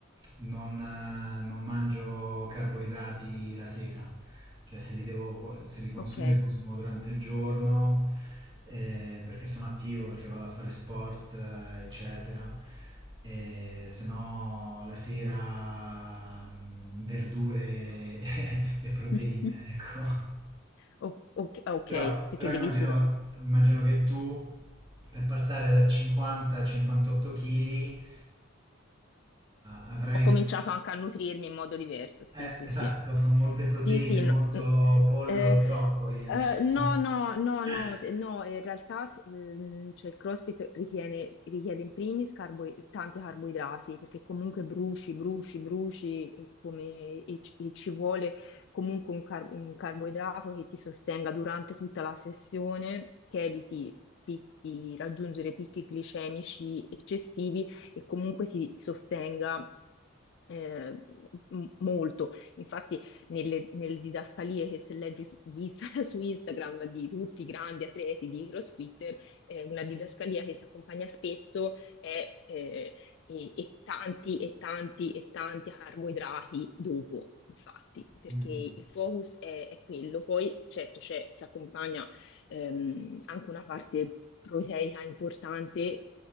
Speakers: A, on the right; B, on the left.
A: non, eh, non mangio carboidrati la sera. Cioè se li devo, se li consumo,
B: Ok.
A: li consumo durante il giorno, eh, perché sono attivo, perché vado a fare sport, eh, eccetera. E se no la sera mm, verdure e <laughs> e proteine,
B: <laughs>
A: ecco.
B: O- ok, ok,
A: Però,
B: perché
A: però immagino,
B: devi sur-
A: immagino che tu per passare da 50 a 58 kg avrai
B: Ho cominciato anche a nutrirmi in modo diverso, sì,
A: eh,
B: sì,
A: esatto,
B: sì.
A: <laughs> molte proteine,
B: Sì, sì,
A: molto
B: no, n-
A: pollo
B: eh,
A: e broccoli, insomma.
B: eh, no, no, no,
A: <laughs>
B: no, eh, no, in realtà ehm, cioè, il CrossFit ritiene- richiede in primis carbo- tanti carboidrati, perché comunque bruci, bruci, bruci, eh, come, e, ci e ci vuole comunque un, car- un carboidrato che ti sostenga durante tutta la sessione, che eviti picchi- raggiungere picchi glicemici eccessivi e comunque si sostenga eh, m- molto. Infatti, nelle, nelle didascalie che se leggi su, di Inst- <laughs> su Instagram di tutti i grandi atleti di CrossFitter, eh, una didascalia che si accompagna spesso è eh, e, e tanti e tanti e tanti carboidrati dopo. Infatti, perché
A: Mhm.
B: il focus è, è quello, poi certo c'è- si accompagna ehm, anche una parte proteica importante,